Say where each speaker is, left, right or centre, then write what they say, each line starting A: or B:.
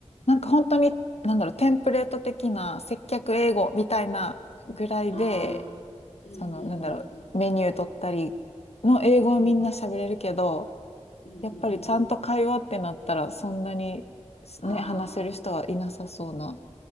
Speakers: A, on the left; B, on the left.
A: なんか本当に、なんだろう、テンプレート的な接客英語みたいなぐらいで、
B: ああ。うんうんうんうん。
A: その、なんだろう、メニュー取ったりの英語はみんな喋れるけど、
B: うんうん。うんうんうん。
A: やっぱりちゃんと会話ってなったらそんなに
B: あ
A: ね、話せる人はいなさそうな。